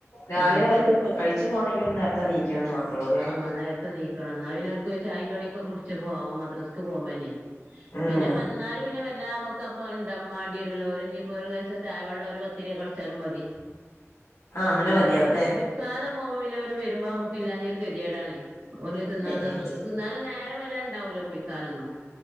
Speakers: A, on the left; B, on the right.
A: രാവിലെവർക്ക്
B: ആ
A: കഴിച്ച് പോണങ്കി ഒന്ന് നേരത്തെണീക്കും ക്കാന്ന് <unintelligible> മാത്രൊള്ള്
B: ആഹ് നേരത്തെണീക്കണം എന്നാപ്പിന്നോർക്കോയ് ചായേം കടിയൊക്കെ കുടിച്ച് പോം മദ്രസക്ക് പോവമ്പിനി
A: ഉം
B: പിന്നെ വന്നാലും പിന്നെ വല്ല മക്ക് ക്കപ്പണ്ട മണ്ടിയരുവല ഓര് ഞ്ഞിപ്പോ ഒരു <unintelligible> ചായ വെള്ളം ഒരു പത്തിരിയോ കടിച്ചാലും മതി
A: ആഹ് അങ്ങനെ മതിയാവുംല്ലേ
B: രാവിലെ കുടിക്കാതെ പോവമ്പ പിന്നോര് വരുമ്പൊ മ്മക്ക് ഇല്ലാഞ്ഞൊരു കെതികേടാണെ ഓന്
A: അത്
B: തിന്നാത്
A: ശരിയാ
B: തിന്നാനും നേരം വല്ല ഇണ്ടാവൂല്ല കുടിക്കാനൊന്നും